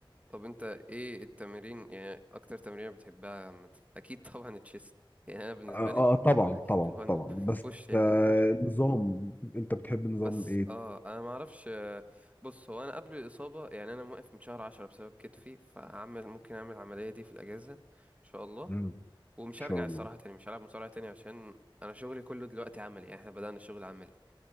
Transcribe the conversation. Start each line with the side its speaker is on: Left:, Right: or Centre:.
Right: طب انت ايه التمارين يعني اكتر تمرين بتحبها عامة اكيد طبعا التشيست يعني انا بالنسبة
Left: اه
Right: لي
Left: آه، طبعا
Right: اكيد
Left: طبعا
Right: طبعا
Left: طبعا
Right: <laughs>
Left: بس
Right: البوش يعني
Left: آه نظام انت بتحب نظام
Right: بس
Left: ايه؟
Right: اه انا ما اعرفش آه، بص هو انا قبل الاصابة يعني انا موقف من شهر عشرة بسبب كتفي فهعمل ممكن اعمل العملية دي في الاجازة ان شاء الله
Left: مم. ان
Right: ومش
Left: شاء
Right: هرجع
Left: الله
Right: الصراحة تاني مش هلعب مصارعة تاني عشان انا شغلي كله دلوقتي عملي يعني احنا بدأنا الشغل عملي